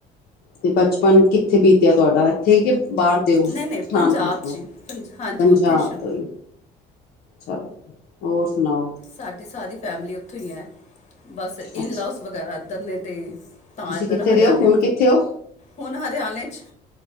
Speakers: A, on the left (about 65°); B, on the left (about 45°).
A: ਤੇ ਬਚਪਨ ਕਿੱਥੇ ਬੀਤਿਆ ਤੁਹਾਡਾ ਇੱਥੇ ਕਿ ਬਾਹਰ <unintelligible> ਪਠਾਨਕੋਟ
B: ਨਹੀਂ ਨਹੀਂ ਪੰਜਾਬ
A: ਤੋਂ
B: 'ਚ ਹੀ, ਪੰਜ ਹਾਂਜੀ
A: ਪੰਜਾਬ
B: ਉੱਥੇ ਸ਼ੁ
A: ਤੋਂ ਹੀ ਚਲੋ ਹੋਰ ਸੁਣਾਓ
B: ਸਾਡੀ ਸਾਰੀ ਫੈਮਲੀ ਉੱਥੋਂ ਹੀ ਐ ਬਸ ਇਨਲੌਸ
A: ਅੱਛਾ
B: ਵਗੈਰਾ ਇੱਧਰ ਨੇ ਤੇ ਤਾਂ
A: ਤੁਸੀਂ
B: ਇੱਧਰ
A: ਕਿੱਥੇ
B: ਹਰਿਆਣੇ,
A: ਦੇ ਹੋ ਹੁਣ ਕਿੱਥੇ ਹੋ
B: ਹੁਣ ਹਰਿਆਣੇ ਚ